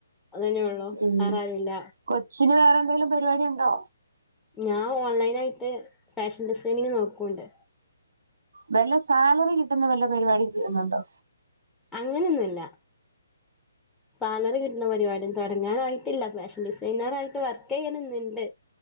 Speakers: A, in the centre; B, on the right (about 80°).
A: അതന്നെ ഉള്ളു
B: ഉം
A: വേറെ ആരും ഇല്ല.
B: കൊച്ചിന് വേറെ എന്തെങ്കിലും പരിപാടി ഉണ്ടോ?
A: ഞാൻ ഓൺലൈൻ ആയിട്ട് ഫാഷൻ ഡിസൈനിങ് നോക്കോണ്ട്.
B: വല്ല സാലറി കിട്ടുന്ന വല്ല പരിപാടി ചെയ്യുന്നുണ്ടോ?
A: അങ്ങനെയൊന്നുമില്ല. സാലറി കിട്ടുന്ന പരിപാടി തുടങ്ങാനായിട്ടില്ല ഫാഷൻ ഡിസൈനറ് ആയിട്ട് വർക്ക് ചെയ്യണന്നുണ്ട്.